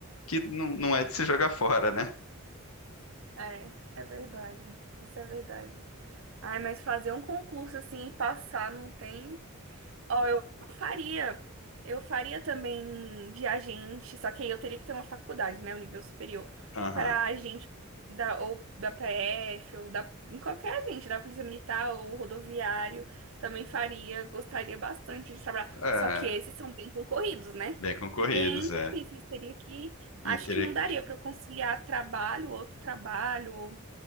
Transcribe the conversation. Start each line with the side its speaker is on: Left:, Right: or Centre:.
Left: que não, não é de se jogar fora, né?
Right: É, é verdade. Isso é verdade. Ai, mas fazer um concurso assim e passar não tem. Ó, eu faria. Eu faria também de agente, só que aí eu teria que ter uma faculdade, né? O nível superior.
Left: Aham.
Right: Pra agente da, ou da PF, ou da, em qualquer agente, da Polícia Militar ou rodoviário. Também faria, gostaria bastante de trabalhar.
Left: É,
Right: Só que esses são bem concorridos, né?
Left: bem concorridos,
Right: Bem difíceis.
Left: é.
Right: Teria que.
Left: E
Right: Acho
Left: teria
Right: que não daria pra eu conciliar trabalho, outro trabalho, ou